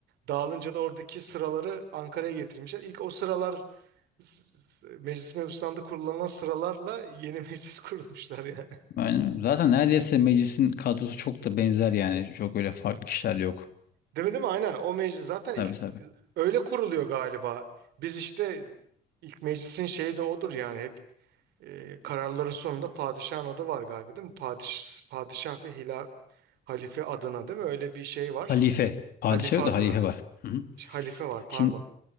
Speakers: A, on the right; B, on the left.
A: Dağılınca da oradaki sıraları Ankara'ya getirmişler. İlk o sıralar s- s- Meclis-i Mebusan'da kullanılan sıralarla yeni <laughs> meclis kurulmuşlar yani.
B: Aynen. Zaten neredeyse meclisin kadrosu çok da benzer yani. Çok öyle farklı kişiler yok.
A: Değil mi, değil mi? Aynen. O meclis zaten
B: Tabii
A: ilk
B: tabii.
A: öyle kuruluyor galiba. Biz işte ilk meclisin şeyi de odur yani hep e, kararların sonunda padişahın adı var galiba değil mi? Padiş, padişah ve hila, halife adına değil mi? Öyle bir şey var.
B: Halife. Padişah
A: Halife
B: yok
A: adına.
B: da halife var. Hı hı.
A: Ş- Halife var pardon.
B: Şimdi